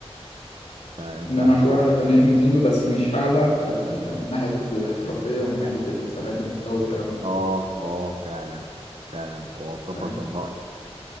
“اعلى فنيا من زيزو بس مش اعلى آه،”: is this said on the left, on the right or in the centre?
Left